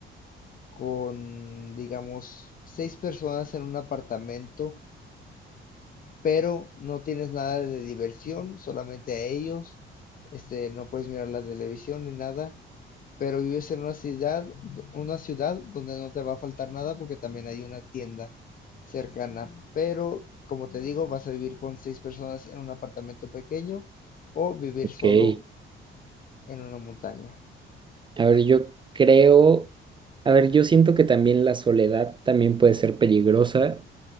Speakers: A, on the left; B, on the right.
A: con, digamos, seis personas en un apartamento? pero no tienes nada de diversión, solamente a ellos, este, no puedes mirar la televisión ni nada, pero vives en una ciudad, una ciudad donde no te va a faltar nada porque también hay una tienda cercana, pero como te digo, vas a vivir con seis personas en un apartamento pequeño o vivir
B: Ok.
A: solo en una montaña.
B: A ver, yo creo, a ver, yo siento que también la soledad también puede ser peligrosa